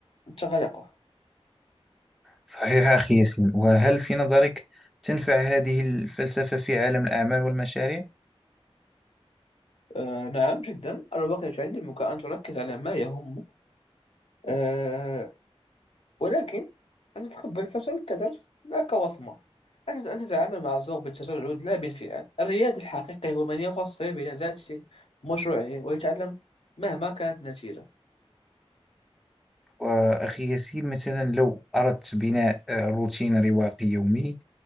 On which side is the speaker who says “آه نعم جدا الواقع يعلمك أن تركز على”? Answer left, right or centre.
Left